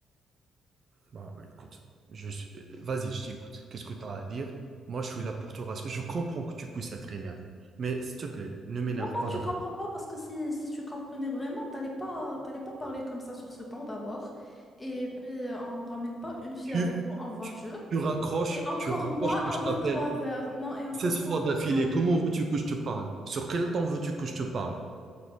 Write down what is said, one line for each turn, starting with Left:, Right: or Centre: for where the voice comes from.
Right: Bah oui, écoute, je suis- euh, vas-y, je t'écoute. Qu'est-ce que tu as à dire? Moi, je suis là pour te rassurer. Je comprends que tu puisses être énervé. Mais s'il te plaît, ne m'énerve
Left: Non, non,
Right: pas
Left: tu
Right: d'avant.
Left: comprends pas parce que si, si tu comprenais vraiment, t'allais pas, t'allais pas me parler comme ça sur ce temps d'abord. Et puis, euh, on ramène pas une fille
Right: Tu,
Left: avec nous en voiture.
Right: tu, tu raccroches,
Left: Et encore
Right: tu raccroches
Left: moins
Right: que
Left: à
Right: je
Left: vingt
Right: t'appelle
Left: trois heures. Non, et encore
Right: 16
Left: moins
Right: fois
Left: à
Right: d'affilée.
Left: 23 heures.
Right: Comment veux-tu que je te parle? Sur quel temps veux-tu que je te parle?